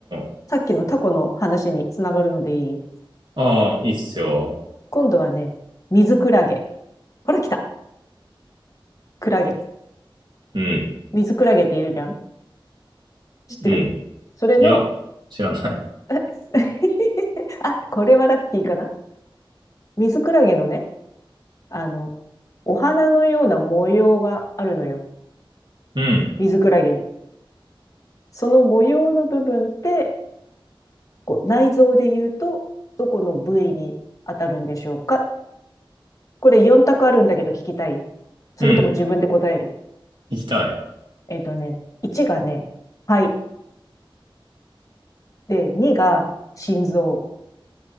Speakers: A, on the right (about 55°); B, on the left (about 35°).
A: ー。
B: さっきのタコの話につながるのでいい
A: ああ、いいっすよ。
B: 今度はね、水クラゲ。ほら来たクラゲ。
A: うん。
B: 水クラゲっているじゃん知ってるそれの
A: うん。いや、知らない。
B: え <laughs> あ、これはラッキーかな水クラゲのね、あの、お花のような模様があるのよ。
A: うん。
B: 水クラゲに。その模様の部分って、こう内臓で言うと、どこの部位に当たるんでしょうかこれ4択あるんだけど聞きたい。それとも自分で答える。
A: うん。行きたい。
B: えっ、とね、1がね、肺。で、2が心臓。